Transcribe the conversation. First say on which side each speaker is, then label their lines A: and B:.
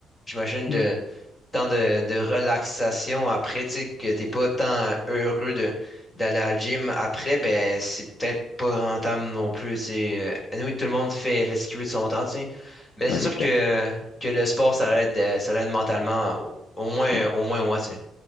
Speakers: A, on the left; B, on the left.
A: j'imagine, de
B: Mm.
A: tant de, de relaxation après, tu sais, que t'es pas tant heureux de, d'aller à la gym après, ben c'est peut-être pas rentable non plus, tu sais. Euh, Anyway, tout le monde fait, fait ce qu'il veut de son temps, tu sais. Mais c'est
B: Ouais,
A: sûr
B: c'est clair.
A: que, que le sport, ça l'aide, euh, ça l'aide mentalement, au, au moins,
B: Mm.
A: au moins moi, tu sais.